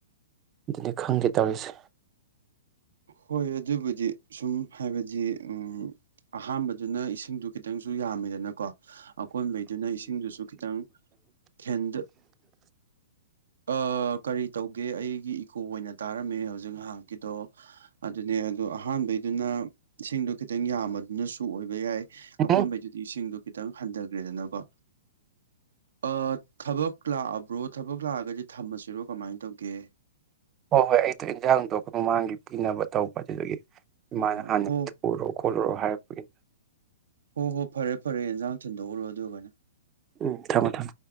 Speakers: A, on the right (about 25°); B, on the right (about 75°).
A: ꯑꯗꯨꯅꯤ ꯈꯪꯗꯦ ꯇꯧꯔꯤꯁꯦ
B: ꯍꯣꯏ ꯑꯗꯨꯕꯨꯗꯤ ꯁꯨꯝ ꯍꯥꯏꯕꯗꯤ ꯎ ꯑꯍꯥꯟꯕꯗꯨꯅ ꯏꯁꯤꯡꯗꯨ ꯈꯤꯇꯪꯁꯨ ꯌꯥꯝꯃꯤꯗꯅꯀꯣ ꯑꯀꯣꯟꯕꯩꯗꯨꯅ ꯏꯁꯤꯡꯗꯨꯁꯨ ꯈꯤꯇꯪ ꯈꯦꯟꯗ ꯑꯥ ꯀꯔꯤ ꯇꯧꯒꯦ ꯑꯩꯒꯤ ꯏꯀꯣ ꯑꯣꯏꯅ ꯇꯥꯔꯝꯃꯦ ꯍꯧꯖꯤꯛ ꯉꯥꯏꯍꯥꯛꯀꯤꯗꯣ ꯑꯗꯨꯅꯦ ꯑꯗꯣ ꯑꯍꯥꯟꯕꯩꯗꯨꯅ ꯏꯁꯤꯡꯗꯣ ꯈꯤꯇꯪ ꯌꯥꯝꯕꯗꯨꯅꯁꯨ ꯑꯣꯏꯕ ꯌꯥꯏ ꯑꯀꯣꯏꯕꯩꯗꯨ
A: ꯎꯝ
B: ꯏꯁꯤꯡꯗꯣ ꯈꯤꯇꯪ ꯍꯟꯊꯒ꯭ꯔꯦꯗꯅꯀꯣ ꯑꯥ ꯊꯕꯛ ꯂꯥꯛꯑꯕ꯭ꯔꯣ ꯊꯕꯛ ꯂꯥꯛꯑꯒꯗꯤ ꯊꯝꯃꯁꯤꯔꯣ ꯀꯃꯥꯏꯅ ꯇꯧꯒꯦ
A: ꯍꯣꯏ ꯍꯣꯏ ꯑꯩꯗꯣ ꯏꯟꯖꯥꯡꯗꯣ ꯑꯩꯈꯣꯏ ꯃꯃꯥꯡꯒꯤ ꯄꯤꯅꯕ ꯇꯧꯕ ꯑꯗꯨꯗꯒꯤ ꯏꯃꯥꯅ
B: ꯑꯣ
A: ꯍꯥꯟꯅ
B: ꯍꯣ
A: ꯎꯔꯣ ꯈꯣꯠꯂꯨꯔꯣ ꯍꯥꯏꯕꯒꯤ
B: ꯍꯣ ꯍꯣꯏ ꯐꯔꯦ ꯐꯔꯦ ꯌꯦꯟꯖꯥꯡ ꯊꯤꯟꯗꯣꯛꯎꯔꯣ ꯑꯗꯨꯒꯣꯏꯅ
A: ꯎꯝ ꯊꯝꯃꯣ ꯊꯝ